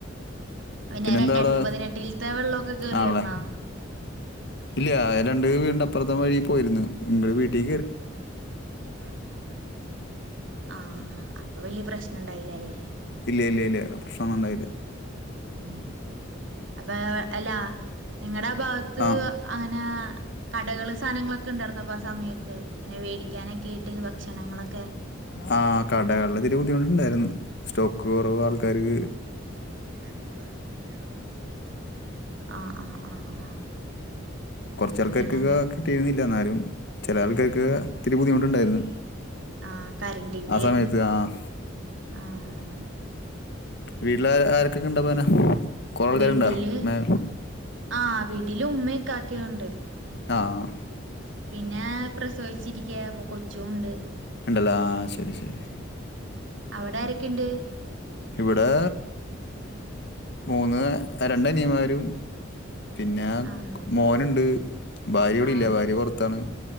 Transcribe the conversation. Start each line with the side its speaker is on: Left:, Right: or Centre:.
Right: പിന്നെ
Left: പിന്നെന്താ
Right: രണ്ടായിരത്തി
Left: അവിടെ
Right: പതിനെട്ടിലെത്തെ വെള്ളമൊക്കെ കേറിയായിരുന്നോ?
Left: ആണല്ലേ ഇല്ല രണ്ടു വീടിന്റെ അപ്പുറത്തെ വഴി പോയിരുന്നു ഞങ്ങടെ വീട്ടിൽ.
Right: വീട്ടിൽ കയറിയില്ല ബാക്ക് സൈഡ് വഴി പോയിരുന്നു ആഹ് അപ്പൊ വലിയ പ്രശ്നം. പ്രശ്നമുണ്ടായിരുന്നില്ലല്ലോ.
Left: ഇല്ല ഇല്ല ഇല്ല പ്രശ്നൊന്നും ഉണ്ടായില്ല.
Right: ഉം അപ്പൊ അല്ല നിങ്ങളുടെ ആഹ് ഭാഗത്ത്
Left: ആ
Right: അങ്ങനെ. കടകൾ സാധനങ്ങളൊക്കെ ഉണ്ടായിരുന്നോ അപ്പോ ആഹ് സമയത്ത്, അങ്ങനെ മേടിക്കാനൊക്കെ ആയിട്ട് ഭക്ഷണങ്ങളൊക്കെ.
Left: ആഹ് കടകളിലെ ഇത്തിരി ബുദ്ധിമുട്ട് ഉണ്ടായിരുന്നു, സ്റ്റോക്ക് കുറവ് ആൾക്കാർക്ക്.
Right: ചെറിയ പ്രശ്നയുണ്ടായിരുന്നു പിന്നീട് സോൾവ് ആയി, ആഹ് ആഹ് ആഹ്.
Left: കുറച്ച് ആൾക്കാർക്ക്
Right: പിന്നെ
Left: ഒക്കെ കിട്ടിയിരുന്നില്ല, എന്നാലും ചില ആൾക്കാർക്ക് കി ബുദ്ധിമുട്ടുണ്ടായിരുന്നു
Right: ആഹ് കരണ്ടിന്റെയും
Left: ആ സമയത്ത് ആഹ്
Right: ആഹ്
Left: വീട്ട് ല് ആരൊക്കെക്കെണ്ട് അപ്പങ്ങനെ കൊറേൾക്കാര്ണ്ടോ?
Right: വീട്ടില്
Left: പിന്നെ
Right: ആഹ് വീട്ടില് ഉമ്മിം ഇക്കക്കിണ്ട്.
Left: ആഹ്
Right: പിന്നെ പ്രസവിച്ചിരിക്ക അപ്പൊ കൊച്ചുണ്ട്.
Left: ഇണ്ട് ല്ലെ ആഹ് ശെരി ശെരി
Right: അവടാരെക്കെണ്ട്?
Left: ഇവിടെ മൂന്ന് രണ്ടനിയന്മാരും പിന്നെ
Right: ആഹ്
Left: മോന്ണ്ട്. ഭാര്യ വടെല്ല
Right: ആഹ്
Left: ഭാര്യ പൊറത്താണ്.